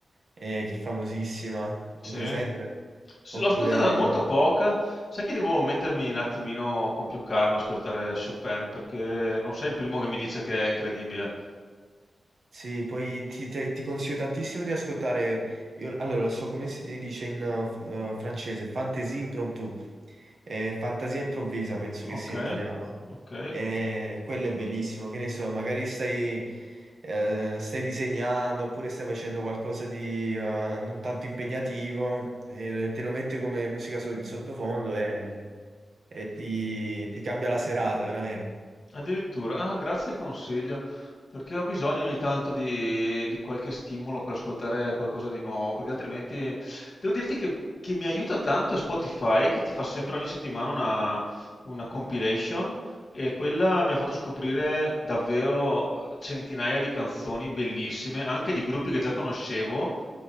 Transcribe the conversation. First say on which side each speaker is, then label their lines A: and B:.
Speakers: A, on the right (about 55°); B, on the left (about 50°).
A: eh, che è famosissima,
B: Sì.
A: è presente? Sì.
B: Sì,
A: Oppure...
B: L'ho ascoltata molto poca, sai che devo mettermi un attimino con più calma a ascoltare Chopin perché non sei il primo che mi dice che è incredibile.
A: Sì, poi ti, ti- ti consiglio tantissimo di ascoltare. Io, allora, lo so come si dice in eh, francese, fantasie impromptu, Eh, fantasia improvvisa, penso che
B: Ok,
A: sia in italiano.
B: ok.
A: E quello è bellissimo, che ne so, magari stai, eh, stai disegnando oppure stai facendo qualcosa di eh, non tanto impegnativo, e te lo metti come musica so- in sottofondo e, e ti, ti cambia la serata, veramente.
B: Addirittura, ah, grazie del consiglio, perché ho bisogno ogni tanto di, di qualche stimolo per ascoltare qualcosa di nuovo, perché altrimenti devo dirti che, che mi aiuta tanto è Spotify, che ti fa sempre ogni settimana una, una compilation e quella mi ha fatto scoprire davvero eh, centinaia di canzoni bellissime, anche di gruppi che già conoscevo,